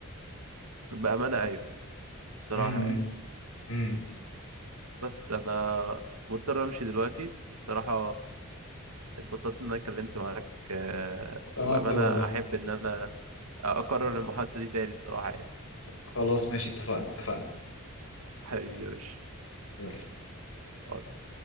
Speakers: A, on the right; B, on the left.
A: بأمانة ايوه الصراحة
B: امم
A: يعني.
B: امم
A: بس انا مضطر امشي دلوقتي الصراحة اتبسطت ان انا اتكلمت معاك آه،
B: أنا
A: وبامانه
B: أكتر والله
A: احب ان انا اكرر المحادثه دي تاني الصراحه يعني
B: خلاص ماشي اتفقنا اتفقنا
A: حبيبي يا باشا
B: يلا
A: يلا،